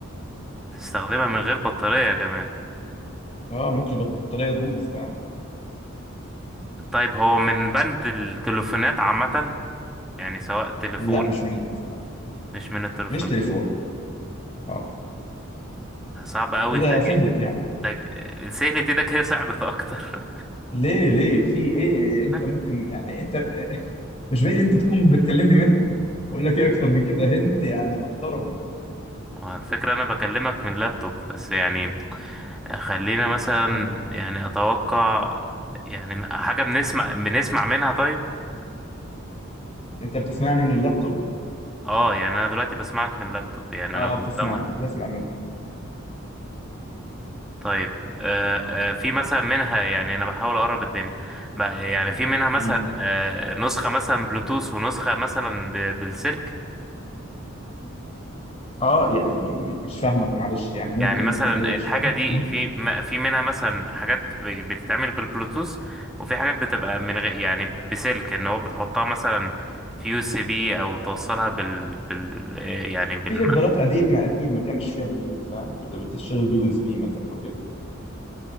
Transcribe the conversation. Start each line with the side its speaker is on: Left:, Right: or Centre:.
Centre: تستخدمها من غير بطاريه كمان
Left: اه ممكن البطاريه تبوظ فاهم
Centre: طيب هو من بند التليفونات عامه يعني سواء تليفون
Left: لا مش من التليفونات
Centre: مش من التليفونات
Left: مش تليفون اه
Centre: صعب قوي
Left: كده
Centre: انت
Left: سهلت يعني
Centre: انت سهلة ايدك هي صعبة اكتر
Left: ليه ليه في ايه انت
Centre: <laughs>
Left: ممكن يعني انت مش بعيد انت تكون بتكلمني منها اقول لك ايه اكتر من كده هنت يعني محترم
Centre: وعلى الفكرة انا بكلمك من لابتوب بس يعني خلينا مثلا
Left: آه، طب
Centre: يعني اتوقع يعني حاجة بنسمع بنسمع منها طيب
Left: انت بتسمعني من اللابتوب
Centre: اه يعني انا دلوقتي بسمعك من لابتوب يعني
Left: اه
Centre: انا
Left: بتسمعني
Centre: ده
Left: بتسمع منه
Centre: طيب آه، آه، في مثلا منها يعني انا بحاول اقرب الدنيا بقى- يعني في منها مثلا
Left: مم.
Centre: آه، نسخة مثلا بلوتوث ونسخة مثلا ب- بالسلك
Left: اه يعني م- مش فاهمك معلش يعني ممكن
Centre: يعني مثلا
Left: ايه مش
Centre: الحاجة
Left: فاهم
Centre: دي
Left: <laughs>
Centre: في م- في منها مثلا حاجات ب- بتتعمل بالبلوتوث وفي حاجات بتبقى من غير يعني بسلك ان هو بتحطها مثلا في يو اس بي او بتوصلها بال بال آه، يعني بال
Left: في اصدارات قديمه اكيد ما كانش فيها بلوتوث فاهم كنت بتشتغل بيو اس بي مثلا وكده